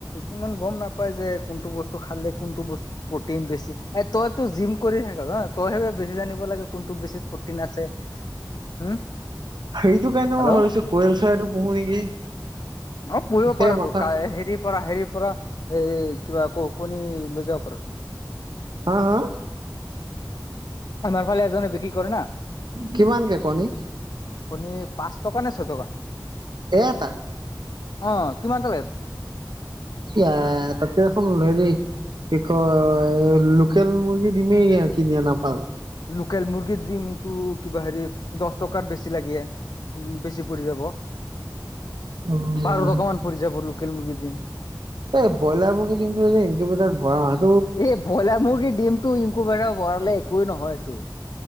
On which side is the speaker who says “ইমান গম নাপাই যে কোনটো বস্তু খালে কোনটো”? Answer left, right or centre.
Left